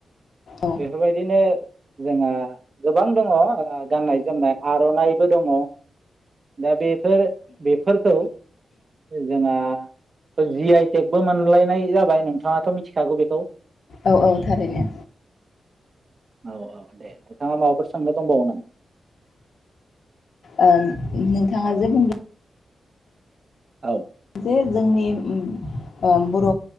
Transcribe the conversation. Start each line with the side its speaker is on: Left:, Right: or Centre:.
Left: औ
Right: बेफोरबायदिनो जोंहा गोबां दङ गाननाय-जोमनाय आरनाइबो दङ दा बेफोर बेफोरखौ जोंना थ' जि आइ टेकबो मोनलायनाय जाबाय नोंथाङाथ' मि थिखागौ बेखौ
Left: औ -औ थारैनो,
Right: औ-औ दे नोंथाङा माबाफोर सोंनो दंबावो नामा?
Left: ओ नोंथाङा जे बुंदों
Right: औ
Left: जे जोंनि उम आ, बर'